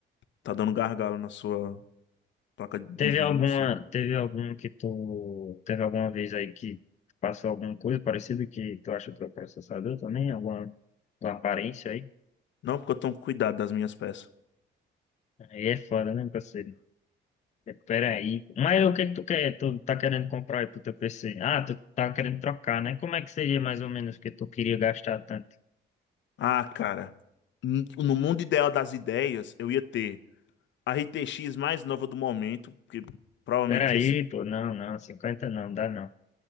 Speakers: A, on the left; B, on the left.
A: Tá dando gargalo na sua placa de
B: Teve
A: vídeo,
B: alguma,
A: não sei.
B: teve algum que tu, teve alguma vez aí que passou alguma coisa parecida que tu acha que tu é processador também? Alguma, alguma aparência aí?
A: Não, porque eu tomo cuidado das minhas peças.
B: Aí é foda, né, parceiro? É, Peraí. Mas o que que tu quer? Tu tá querendo comprar aí pro teu PC? Ah, tu tá querendo trocar, né? Como é que seria mais ou menos que tu queria gastar tanto?
A: Ah, cara. n- No mundo ideal das ideias, eu ia ter a RTX mais nova do momento, porque provavelmente
B: Peraí,
A: esse
B: pô, não, não, 50 não, dá não.